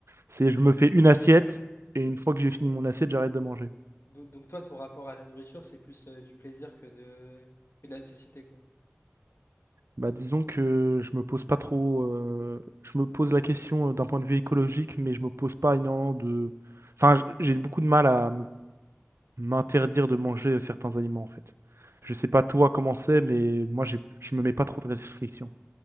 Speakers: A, on the right; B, on the left.
A: C'est je me fais une assiette et une fois que j'ai fini mon assiette, j'arrête de manger.
B: Donc, donc toi, ton rapport à la nourriture, c'est plus euh, du plaisir que de que de la nécessité, quoi.
A: Bah, disons que je me pose pas trop. euh, je me pose la question euh, d'un point de vue écologique, mais je me pose pas énormément de. Enfin, j- j'ai beaucoup de mal à me- m'interdire de manger euh, certains aliments, en fait. Je sais pas toi comment c'est, mais moi, j'ai, je me mets pas trop de restrictions.